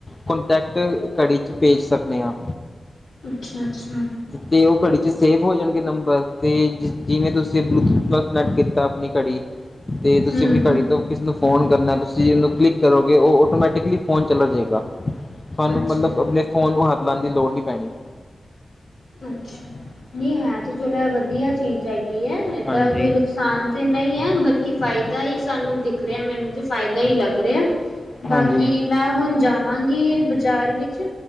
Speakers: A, on the left (about 20°); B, on the left (about 80°).
A: ਕੋਂਟੈਕਟ ਘੜੀ ਚ ਭੇਜ ਸਕਨੇ ਹਾਂ।
B: ਅੱਛਾ। ਅੱਛਾ
A: ਤੇ ਉਹ ਘੜੀ ਚ ਸ ਸੇਵ ਹੋ ਜਾਣਗੇ ਨੰਬਰ ਅਤੇ ਜਿਸ ਜਿਵੇਂ ਤੁਸੀਂ ਬਲੂਟੂਥ ਨਾਲ ਕਨੈਕਟ ਕੀਤਾ ਆਪਣੀ ਘੜੀ ਤੇ ਤੁਸੀਂ
B: ਹਮ
A: ਆਪਣੀ
B: ਹਮ
A: ਘੜੀ ਤੋਂ ਕਿਸੇ ਨੂੰ ਫੋਨ ਕਰਨਾ ਐ, ਤੁਸੀਂ ਉਹਨੂੰ ਕਲਿੱਕ ਕਰੋਗੇ ਉਹ ਔਟੋਮੈਟਿਕਲੀ ਫੋਨ ਚਲਾ ਜੇਗਾ। ਸਾਨੂੰ
B: ਅੱਛਾ
A: ਮਤਲਬ ਆਪਣੇ ਫੋਨ ਨੂੰ ਹੱਥ ਲਾਣ ਦੀ ਲੋੜ ਨੀ ਪੈਣੀ
B: ਅੱਛਾ, ਨਹੀ ਹੈ ਤੇ ਚਲੋ ਵਧੀਆ ਚੀਜ਼ ਹੈਗੀ ਈ ਐ। ਇਹਦਾ
A: ਹਾਂਜੀ।
B: ਕੋਈ ਨੁਕਸਾਨ ਤਾਂ ਨਹੀਂ ਐ ਬਲਕਿ ਫਾਇਦਾ ਈ ਸਾਨੂੰ ਦਿਖ ਰਿਹਾ ਮੈਨੂੰ ਤੇ ਸ ਫਾਇਦਾ ਈ ਲੱਗ ਰਿਆ।
A: ਹਾਂਜੀ,
B: ਬਾਕੀ ਮੈਂ ਹੁਣ ਜਾਵਾਂਗੀ ਬਾਜ਼ਾਰ ਵਿੱਚ